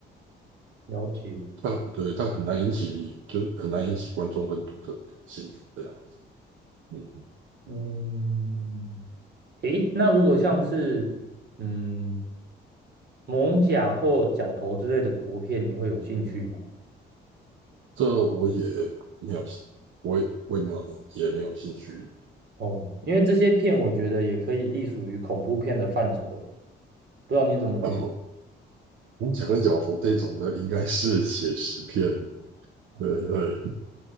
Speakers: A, on the right (about 55°); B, on the right (about 80°).
A: 了解。
B: 但对，但很难引起，就是很难引起观众跟读者的兴趣这样子。嗯，
A: 嗯，诶，那如果像是嗯蒙甲或角头之类的国片，你会有兴趣吗？
B: 这我也没有我也我也没有也没有兴趣。
A: 哦，因为这些片我觉得也可以隶属于恐怖片的范畴的，不知道你怎么觉得？
B: 然后我们讲跟角头这种的，应该是写实片，
A: 哦，
B: 对对